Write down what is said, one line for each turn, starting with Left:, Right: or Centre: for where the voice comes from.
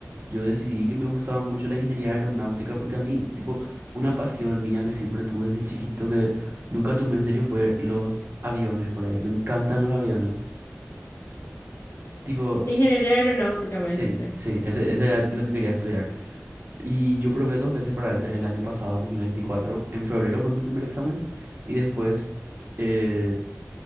Right: yo decidí que me gustaba mucho la ingeniería aeronáutica porque a mí, tipo, una pasión mía que siempre tuve desde chiquito que nunca tomé en serio fue los aviones por ahí. Me encantan los aviones. Tipo,
Left: Ingeniería aeronáutica me
Right: sí,
Left: dijiste.
Right: sí, ese, ese era lo que quería estudiar. Y yo probé dos veces para ese, el año pasado, en 2024. En febrero fue mi primer examen y después eh,